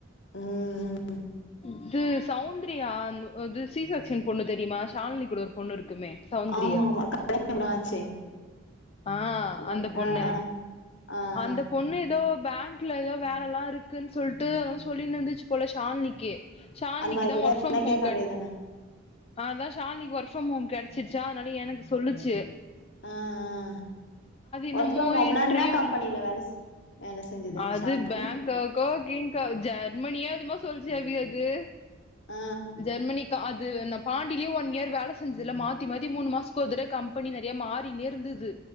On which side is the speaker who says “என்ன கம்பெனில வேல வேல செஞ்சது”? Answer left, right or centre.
Left